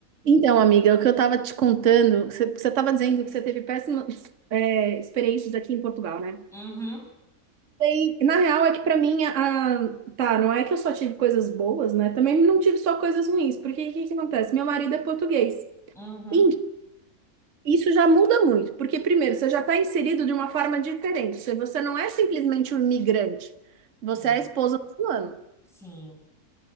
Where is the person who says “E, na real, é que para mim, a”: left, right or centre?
Right